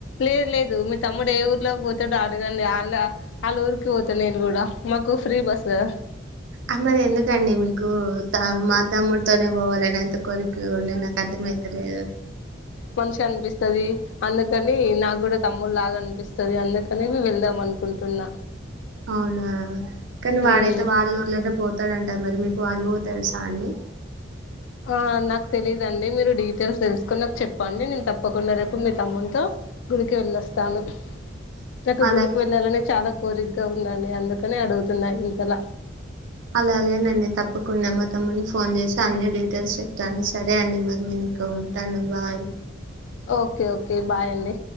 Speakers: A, on the left; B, on the right.
A: లేదు లేదు మీ తమ్ముడు ఏ ఊర్లోక్ పో అడగండి వాళ్ళ వాళ్ళఊరికి పోతాను నేను కూడా మాకు ఫ్రీ బస్ గదా.
B: అందరు ఎందుకండి మీకు తా మా తమ్ముడితోనే పోవాలని అంత కోరికగా ఉంది నాకు అర్థమయితలేదు.
A: మనిషి అనిపిస్తది అందుకని నాకు కూడా తమ్ముడు లాగా అనిపిస్తది అందుకని మేము వెళ్దాం అనుకుం తిన్నా.
B: అవునా కానీ వాడైతే
A: ఉమ్
B: వాళ్ళ ఊర్లొనే పోతాడంట మరి మీ వాళ్ళు ఊర్ తెల్సా అండి?
A: ఆ నాకు తెలీయదండి మీరు డీటెయిల్స్ తెలుసుకొని నాకు చెప్పండి నేను తప్పకుండా రేపు మీ తమ్మునితో గుడికి వెళ్ళొస్తాను.
B: <inaudible>
A: నాకు
B: అలాగే
A: గుడికి వెళ్ళాలని చాలా కోరిగ్గా ఉందండి అందుకనే అడుగుతున్నా ఇంతలా
B: అలాగేనండి తప్పకుండా మా తమ్మున్కి ఫోన్ చేసి అన్ని డీట్ తెలిసి చెప్తాను సరే అండి మరి నేను ఇక ఉంటాను బాయ్
A: ఓకే ఓకే బాయ్ అండి.